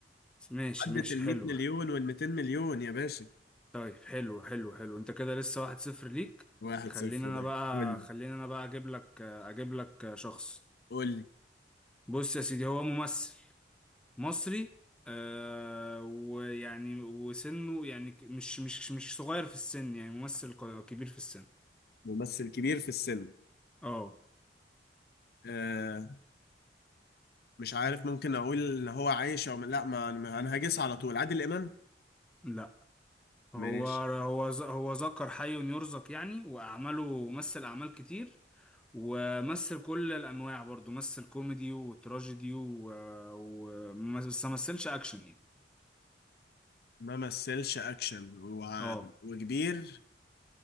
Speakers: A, in the centre; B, on the left.
A: ماشي
B: عدت
A: ماشي
B: ال
A: حلوة
B: 100 مليون وال 200 مليون يا باشا
A: طيب حلو حلو حلو انت كده لسه واحد صفر ليك
B: واحد
A: خليني
B: صفر
A: انا
B: ده
A: بقى
B: قول لي
A: خليني انا بقى اجيب لك اجيب لك شخص
B: قول لي
A: بص يا سيدي هو ممثل مصري آه ويعني وسنه يعني ك- مش مش مش صغير في السن يعني ممثل ق- كبير في السن
B: ممثل كبير في السن
A: اه
B: آه مش عارف ممكن اقول ان هو عايش او لا ما ما- انا هجس على طول عادل امام
A: لا هو
B: ماشي
A: هو ز- هو ذكر حي يرزق يعني وأعماله مثل أعمال كتير ومثل كل الأنواع برضو مثل كوميدي وتراجيدي و... و... بس ما مثلش أكشن يعني
B: ما مثلش اكشن و...
A: اه
B: وكبير